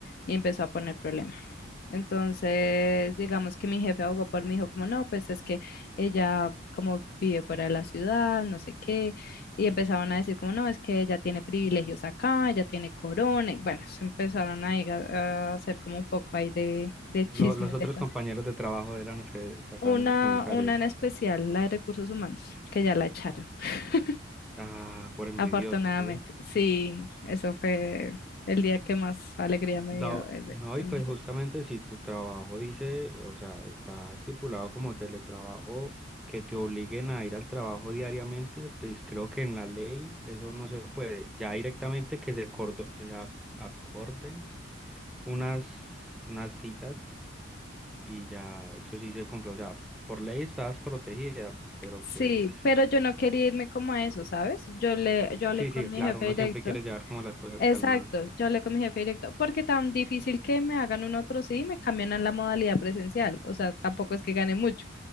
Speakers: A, on the left; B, in the centre.
A: Y empezó a poner problemas. Entonces, digamos que mi jefe abogó por mí, dijo como no, pues es que ella como vive fuera de la ciudad, no sé qué, y empezaron a decir como no, es que ella tiene privilegios acá, ella tiene corona, y bueno, se empezaron a, ir a- a hacer como un poco ahí de, de chismes
B: lo- los otros
A: de pase.
B: compañeros de trabajo eran los que sacaban
A: Una,
B: esos comentarios.
A: una en especial, la de recursos humanos, que ya la echaron, <laughs>
B: Ah, por envidiosos,
A: afortunadamente.
B: ¿sí?
A: Sí, eso fue el día que más alegría me
B: No,
A: dio. el
B: no,
A: el-
B: y pues justamente si tu trabajo dice, o sea, está estipulado como teletrabajo, que te obliguen a ir al trabajo diariamente, pues creo que en la ley eso no se puede. Ya directamente que se, cordo- se ac- acorden unas, unas citas y ya eso sí se cumple. O sea, por ley estás protegida, pero
A: Sí,
B: pues
A: pero yo no quería irme como a eso, ¿sabes? Yo le, yo hablé
B: sí,
A: con
B: sí,
A: mi
B: claro,
A: jefe
B: uno
A: directo.
B: siempre quiere llevar como las cosas
A: Exacto,
B: calmadas.
A: yo hablé con mi jefe directo, porque tan difícil que me hagan un otro sí y me cambian a la modalidad presencial, o sea, tampoco es que gane mucho.